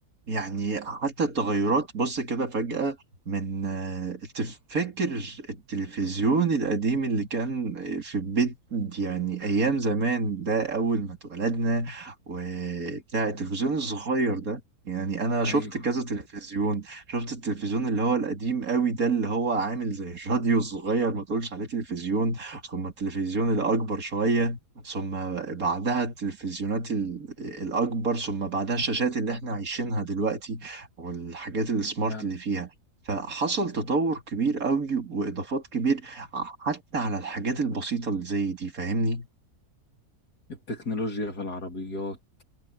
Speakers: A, on the right; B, on the left.
A: يعني حتى التغيرات بص كده فجأة من آه، تفكر التلفزيون القديم اللي كان في البيت يعني أيام زمان ده أول ما اتولدنا وبتاع التلفزيون الصغير ده يعني أنا
B: ايوه
A: شفت كذا تلفزيون شفت التلفزيون اللي هو القديم قوي ده اللي هو عامل زي الراديو الصغير ما تقولش عليه تلفزيون ثم التلفزيون الأكبر شوية ثم بعدها التلفزيونات ال- الأكبر ثم بعدها الشاشات اللي احنا عايشينها دلوقتي والحاجات السمارت
B: فعلا
A: اللي فيها فحصل تطور كبير قوي وإضافات كبير ع- حتى على الحاجات البسيطة اللي زي دي فاهمني؟
B: التكنولوجيا في العربيات